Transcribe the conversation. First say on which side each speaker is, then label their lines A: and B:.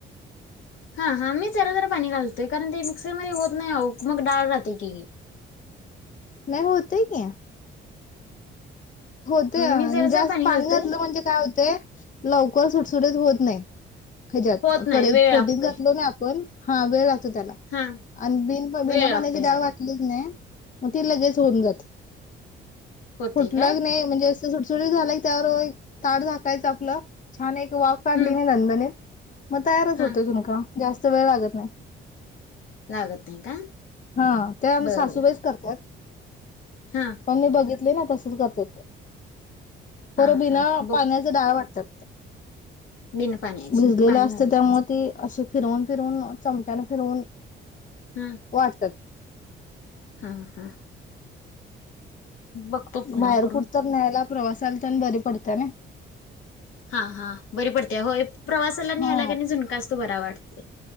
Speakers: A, on the left; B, on the left.
A: हा हा मी जरा जरा पाणी घालतोय कारण ते मिक्सर मध्ये होत नाही मग डाळ राहते की.
B: नाही होतय की. होते
A: मी जरा जरा
B: जास्त पाणी
A: घालतोय
B: घातलं म्हणजे काय होते. लवकर सुटसुटीत होत नाही हेच्यात
A: होत नाही
B: कडईत
A: वेळ
B: फोडनी
A: लागतोय
B: घातलो ना आपण हा वेळ लागतो त्याला
A: हा
B: आणि बिन बिना
A: वेळ लागतोय
B: पाण्याची
A: जरा
B: डाग वाटली की नाही. मग ते लगेच होऊन जाते.
A: होतेय.
B: लग नाही म्हणजे अस सुटसुटीत झाल. त्यावर ताट झाकायचं आपलं छान एक वाफ काढली
A: हम्म
B: कि नाही दणदणीत. मग तयारच
A: हा
B: होतोय झुणका जास्त वेळ लागत नाही.
A: लागत नाही का
B: हा त्या आमच्या
A: बर
B: सासूबाईच
A: बर
B: करतात.
A: हा
B: पण मी बघितले ना तसच करते ते. पर
A: हा
B: बिना
A: हा बघ
B: पाण्याचा डाळ वाटत्यात.
A: बिन पाण्याची
B: भिजलेलं
A: पाणी
B: असत
A: घालत
B: त्यामुळे
A: नसत
B: ती अशी फिरवून फिरून चमच्यान फिरवून
A: हम्म
B: वाटत्यात.
A: हा हा. बघतो पुन्हा
B: बाहेर
A: करून
B: कुठ तरी न्यायला प्रवासाला तेन बरी पडत्या नई
A: हा हा बरी पडते होय प्रवासाला
B: हा
A: न्हायला क नाही झुणका तो बरा वाटते.